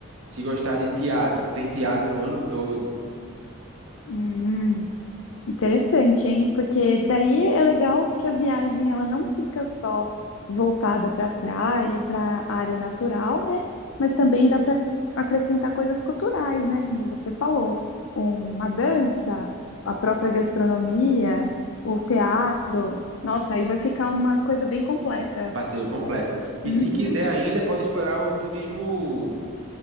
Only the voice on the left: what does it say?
Hum. Interessante, hein? Porque daí é legal que a viagem ela não fica só voltada para praia, para área natural, né? Mas também dá para acrescentar coisas culturais, né? Como você falou, uma dança, a própria gastronomia, o teatro. Nossa, aí vai ficar uma coisa bem completa.
Uhum.